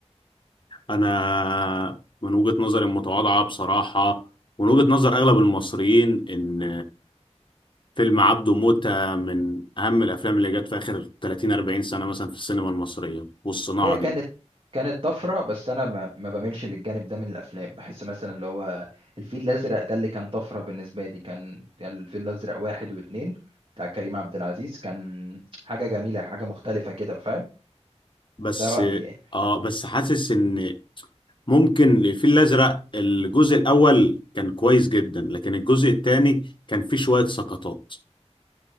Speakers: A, on the left (about 45°); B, on the right (about 50°).
A: أنا من وجهة نظري المتواضعة بصراحة ومن وجهة نظر أغلب المصريين إن فيلم عبده موتة من أهم الأفلام اللي جت في آخر 30 40 سنة مثلا في السينما المصرية والصناعة
B: هي كانت
A: دي
B: كانت طفره بس انا ما, ما بميلش للجانب ده من الافلام بحس مثلا اللي هو الفيل الازرق ده اللي كان طفره بالنسبه لي كان كان الفيل الازرق واحد واتنين بتاع كريم عبد العزيز كان حاجه جميله حاجه مختلفه كده فاهم
A: بس
B: ده رايي يعني
A: آه بس حاسس إن ممكن الفيل الأزرق الجزء الأول كان كويس جدا لكن الجزء الثاني كان فيه شوية سقطات